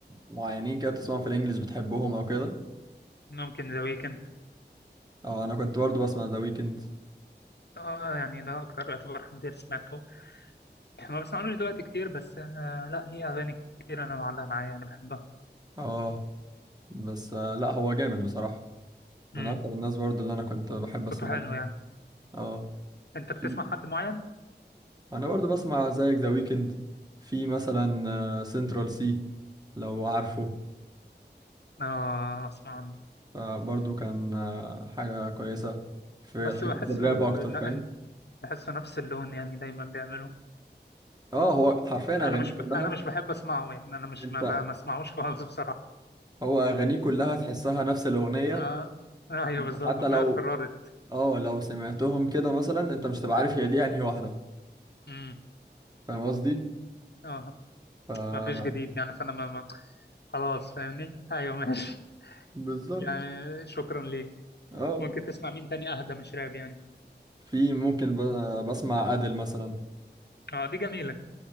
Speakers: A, on the right (about 20°); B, on the left (about 70°).
A: معينين كده بتسمعهم في الانجليش بتحبهم او كده
B: ممكن ذا ويكند
A: اه انا كنت برضو بسمع ذا ويكند
B: اه يعني ده أكتر يعتبر حد سمعته ما بسمعلوش دلوقتي كتير بس آه لا ليه أغاني كتير أنا معلقة معايا يعني بحبها
A: اه بس آه، لا هو جامد بصراحة
B: مم.
A: من اكتر الناس برضو اللي انا كنت بحب اسمع
B: صوته حلو
A: لهم
B: يعني
A: اه
B: أنت بتسمع
A: في
B: حد معين؟
A: انا برضو بسمع زيك ذا ويكند في مثلا سنترال سي لو عارفه
B: اه اسمع
A: آه، برضو كان آه، حاجة كويسة في
B: بس
A: حتة
B: بحسه
A: الراب اكتر
B: ن-
A: فاهم
B: بحسه نفس اللون يعني دايما بيعملوه
A: اه هو حرفيا
B: انا
A: اغانيه
B: مش ب... انا
A: كلها
B: مش بحب اسمعه يعني انا مش
A: انت
B: ما, ب... ما اسمعوش خالص <laughs> بصراحة
A: هو اغانيه كلها تحسها نفس الاغنيه
B: آه... ايوه
A: انت
B: بالظبط
A: حتى
B: اغنية
A: لو
B: اتكررت
A: اه لو سمعتهم كده مثلا انت مش هتبقى عارف هي دي انهي واحده
B: امم
A: فاهم قصدي
B: اه
A: ف
B: ما فيش جديد يعني فانا ما... ما... خلاص فاهمني ايوه ماشي
A: بالظبط
B: <laughs> يعني شكرا ليك
A: اه
B: ممكن تسمع مين تاني اهدى مش راب يعني
A: في ممكن ب... بسمع ادل مثلا
B: اه دي جميلة دي